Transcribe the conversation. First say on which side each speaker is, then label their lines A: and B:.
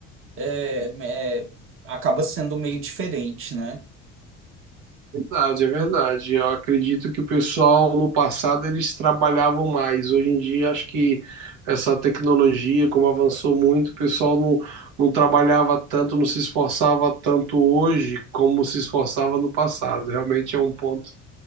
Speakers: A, on the right; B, on the right.
A: é, é- acaba sendo meio diferente, né?
B: Verdade, é verdade. Eu acredito que o pessoal no passado eles trabalhavam mais. Hoje em dia, acho que essa tecnologia, como avançou muito, o pessoal não, não trabalhava tanto, não se esforçava tanto hoje como se esforçava no passado. Realmente é um ponto